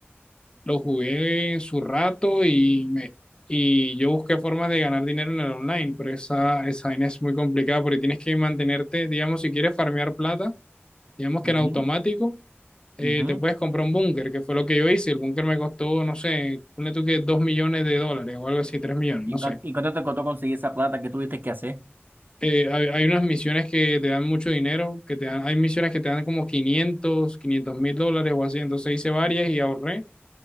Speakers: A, on the left; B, on the right.
A: lo jugué en su rato y me, y yo busqué formas de ganar dinero en el online, pero esa, esa vaina es muy complicada porque tienes que mantenerte, digamos, si quieres farmear plata Digamos que
B: ujú,
A: en automático eh,
B: ujú.
A: te puedes comprar un búnker, que fue lo que yo hice. El búnker me costó, no sé, ponle tú que 2 millones de dólares o algo así, 3 millones,
B: ¿Y,
A: no sé.
B: cuán- y cuánto te costó conseguir esa plata que tuviste que hacer?
A: Eh, hay, hay unas misiones que te dan mucho dinero, que te dan, hay misiones que te dan como quinientos quinientos mil dólares o así. Entonces hice varias y ahorré